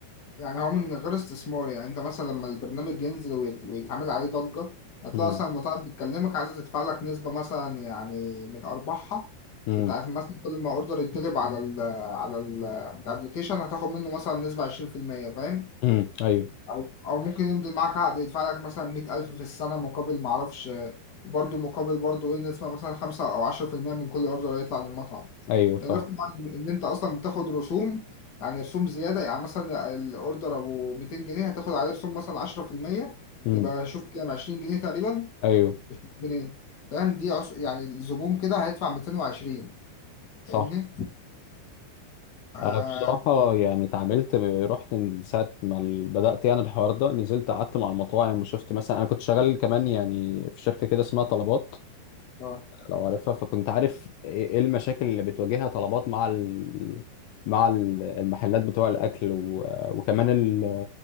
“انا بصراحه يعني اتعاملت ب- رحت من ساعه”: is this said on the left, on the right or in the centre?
Left